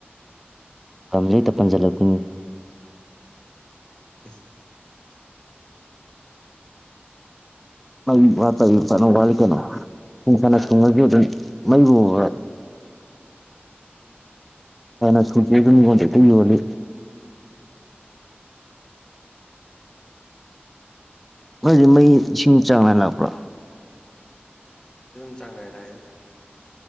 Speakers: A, in the centre; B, on the left (about 20°).
A: ꯖꯩꯛꯇ ꯄꯟꯁꯤꯜꯂꯛꯀꯅꯤ
B: ꯎꯝ
A: ꯃꯩ ꯋꯥꯠꯄ ꯐꯅ ꯋꯥꯠꯂꯤ ꯀꯩꯅꯣ ꯁꯨꯡ ꯀꯅ
B: ꯍꯥ
A: ꯊꯨꯡꯉꯁꯨ ꯑꯗꯨꯝ ꯃꯩꯕꯨ ꯍꯣꯏ
B: ꯎꯝ
A: ꯀꯅ ꯁ ꯈꯨꯇ ꯑꯗꯨꯝ ꯀꯦ ꯇ ꯌ ꯋꯥꯔꯤꯜꯂꯤ ꯃꯣꯏꯗꯤ ꯃꯩ ꯏꯁꯤꯡ ꯆꯥꯝꯃꯉ ꯂꯥꯛꯄ꯭ꯔꯥ
B: ꯆꯥꯡꯅꯥꯏ ꯂꯥꯛꯏꯗ